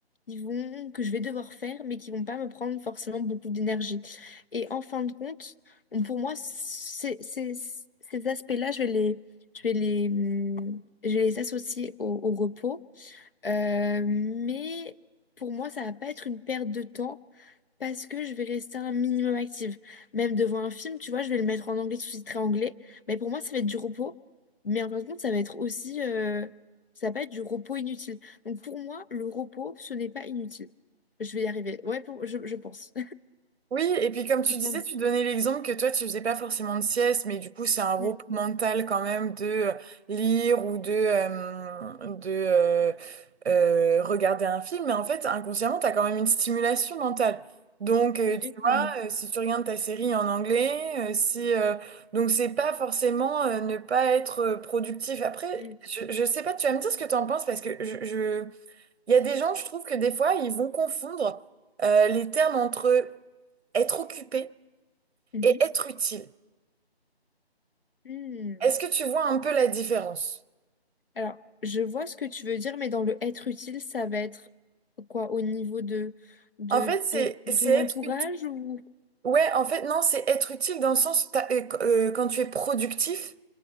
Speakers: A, on the left; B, on the right.
A: qui vont, que je vais devoir faire, mais qui vont pas me prendre forcément beaucoup d'énergie. Et en fin de compte, pour moi, ces, ces, ces aspects-là, je vais les, je vais les, hum, je vais les associer au, au repos. Euh, mais pour moi, ça va pas être une perte de temps. Parce que je vais rester un minimum active. Même devant un film, tu vois, je vais le mettre en anglais, sous-titré anglais. Mais pour moi, ça va être du repos. Mais en fin de compte, ça va être aussi... euh, ça va pas être du repos inutile. Donc pour moi, le repos, ce n'est pas inutile. Je vais y arriver. Ouais, pour- je, je pense.
B: Oui, et puis comme tu
A: <laughs>
B: disais,
A: Tandis-
B: tu donnais l'exemple que toi, tu faisais pas forcément de sieste, mais du coup, c'est un repos
A: Mm,
B: mental quand même de euh, lire ou de, euh, de euh, euh, regarder un film. Mais en fait, inconsciemment, tu as quand même une stimulation mentale. Donc, euh,
A: Exactement.
B: tu vois, euh, si tu regardes ta série en anglais, euh, si, euh, donc c'est pas forcément euh, ne pas être euh, productif. Après,
A: Mm,
B: je, je sais pas, tu vas me dire ce que tu en penses parce que je, je- il y a des gens, je trouve que des fois, ils vont confondre euh, les termes entre être occupé
A: mhm.
B: et être utile.
A: Mm.
B: Est-ce que tu vois un peu la différence?
A: Alors, je vois ce que tu veux dire, mais dans le être utile, ça va être quoi au niveau de, de,
B: En fait, c'est
A: ton, de
B: c'est
A: ton
B: être
A: entourage
B: utile.
A: ou...
B: Ouais, en fait, non, c'est être utile dans le sens t'as- euh, qu- euh, quand tu es productif.